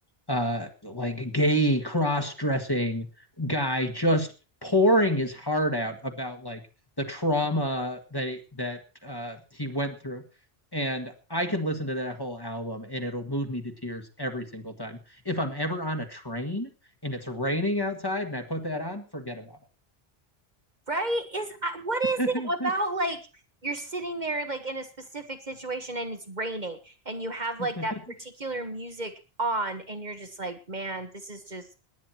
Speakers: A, on the left; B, on the right.
A: uh like gay cross-dressing guy just pouring his heart out about like the trauma that he, that uh he went through and I can listen to that whole album and it'll move me to tears every single time. If I'm ever on a train and it's raining outside and I put that on, forget about
B: right? Is I- what is
A: it.
B: it about like you're sitting there like in a specific situation and it's raining and you have like
A: <laughs>
B: that particular music on and you're just like, man, this is just